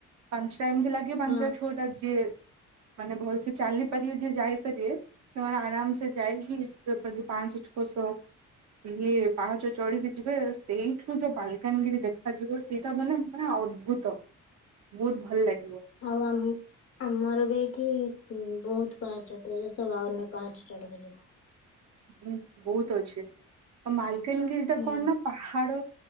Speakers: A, on the right; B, on the left.
A: ପାଞ୍ଚଟା ଏମିତି ଲାଗେ ପାଞ୍ଚଟା
B: ହଁ
A: ଛଅଟା ଯିଏ ମାନେ ଭଲସେ ଚାଲି ପାରିବେ ଯେ ଯାଇପାରିବେ ସେମାନେ ଆରାମ ସେ ଯାଇକି ଯେଉଁ ପାଂଶ ଛଅ ସ ଇଏ ପାହାଚ ଚଢିକି ଯିବେ ସେଇଠୁ ଯୋଉ ବାଲକାନିରି ଦେଖାଯିବ ସେଇଟା ମାନେ ମାନେ ଅଦ୍ଭୁତ ବହୁତ ଭଲ ଲାଗେ।
B: ଆଉ ଆମର ବି ଏଠି ବହୁତ ପାହାଚ ତେରସ ବାଉନ ପାହାଚ ଚଢିକି ଯିବୁ।
A: ହୁଁ ବହୁତ ଅଛି ଆଉ ମାଲକାନଗିରିଟା
B: ହୁଁ
A: କଣ ନା ପାହାଡ